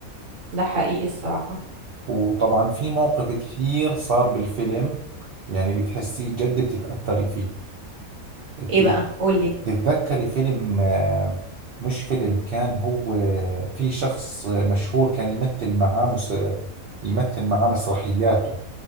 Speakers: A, on the right; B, on the right.
A: ده حقيقي الصراحة
B: وطبعا في مواقف كثير صار بالفيلم يعني بتحسيه جد بتتأثري فيه بت-
A: ايه بقى قولي
B: بتتذكري فيلم آه، مش فيلم كان هو في شخص مشهور كان يمثل معاه مس... يمثل معاه مسرحياته